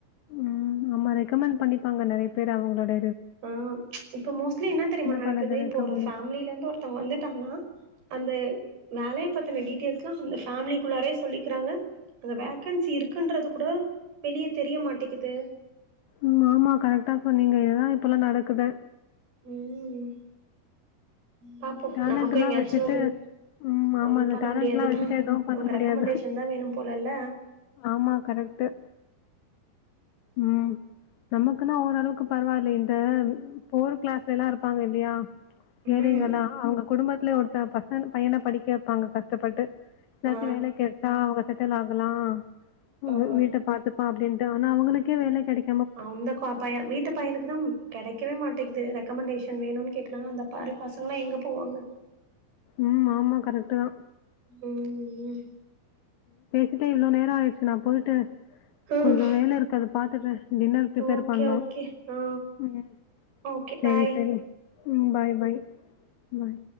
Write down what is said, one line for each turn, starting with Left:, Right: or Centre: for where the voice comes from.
Left: ம் ஆமா ரெக்கமெண்ட் பண்ணிப்பாங்க நறைய பேரு அவ்ங்களோட
Right: ஆஹ் இப்ப மோஸ்ட்லி என்ன தெரியுமா நடக்குது
Left: பண்றது
Right: இப்ப
Left: ரெக்கமெண்டேஷன்.
Right: ஒரு ஃபேமிலில இருந்து ஒருத்தவங்க வந்துட்டாங்கன்னா அந்த வேலைய பாத்தின டீட்டெல்ஸ் எல்லாம் அந்த ஃபேமிலிக்குள்ளாரே சொல்லிக்கிறாங்க அங்க வேக்கன்சி இருக்குன்றது கூட வெளியே தெரிய மாட்டக்கிது
Left: உம் ஆமா கரெக்டா சொன்னீங்க இதுதா இப்பெல்லா நடக்குது
Right: உம் பாப்போ
Left: டேலண்ட்லாம்
Right: நமக்கும் எங்காச்சும்
Left: வச்சுட்டு
Right: வரும்
Left: ம் ஆமா
Right: ஒண்ணும்
Left: அந்த
Right: பண்ண
Left: டேலண்ட்லாம்
Right: முடியாதுதா
Left: வச்சுட்டு எதுவும்
Right: நமக்கு
Left: பண்ண முடியாது.
Right: ரெக்கமண்டேஷன் தா வேணு போல இல்ல
Left: ஆமா கரெக்டு உம் நமக்குன்னா ஓர் அளவுக் கு பரவால்ல இந்த புவர் கிளாஸ்ல எல்லா இருப்பாங்க இல்லையா
Right: ம்
Left: ஏழைங்கெல்லா அவ்ங்க குடும்பத்துல ஒருத்த பசங் பையன படிக்க வைப்பாங்க கஷ்டப்பட்டு எதாச்சி
Right: ஆ
Left: வேலை கெடைச்ச அவ்ங்க செட் டிலாகலாம் <unintelligible>
Right: ஆமா
Left: வீட்ட பாத்து அப்டின்ட்டு ஆனா அவ்களுக்கே வேலை கெடைக்
Right: அந்த கொ பையன் வீட்டு பையனுக்கு தா கெடைக்கவே மாட்டேக்குது ரெக்கமண்டேஷன் க்ஷன் வேணும்னு கேக்குனா அந்த பாரி பாசங்கன்னா எங்க போவாங்க
Left: உம் ஆமா கரெக்டு தா
Right: ம்
Left: இதுக்கே இவ்ள நேர ஆய்டுச் செர் நா போயிட்டு
Right: ம்
Left: கொஞ்சோ வேல இருக்கு அதப் பாத்துட்றேன் டின்னர் ப்ரிப்பேர்
Right: ஓகே
Left: பண்ணும்
Right: ஓகே ஆ
Left: ம்
Right: ஓகே
Left: சரி
Right: பாய்
Left: சரி ம் பாய் பாய் பாய்